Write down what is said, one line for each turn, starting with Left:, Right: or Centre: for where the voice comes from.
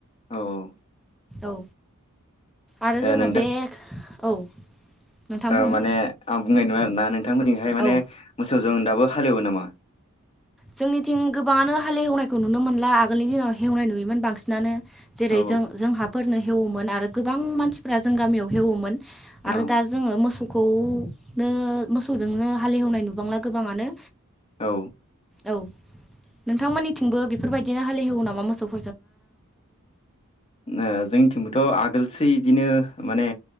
Left: औ ओ
Centre: औ आरो जोङो
Left: नोंथां
Centre: बे औ नोंथां
Left: ओ
Centre: बुं
Left: माने आं बुंनाय नङा आरो ना नोंथां मोननिजोंहाय माने
Centre: औ
Left: मोसौ जों दाबो हालेवो नामा
Centre: जोंनिथिं गोबाङानो हालेवनायखौ नुनो मोनला आगोलनि दिनाव हेवनाय नुयोमोन बांसिनानो जेरै
Left: औ
Centre: जों जोंहाफोरनो हेव आरो गोबां मानसिफ्रा जों गामियाव एवोमोन
Left: औ
Centre: आरो दा जोङो मोसौ खौनो मोसौजोंनो हालेवनाय नुबांला गोबाङानो
Left: औ
Centre: औ नोंथांमोननिथिंबो बेफोरबायदिनो हाल ऐववौ नामा मोसौखौ
Left: ओ जोंनिथिंबोथ' आगोलसै इदिनो माने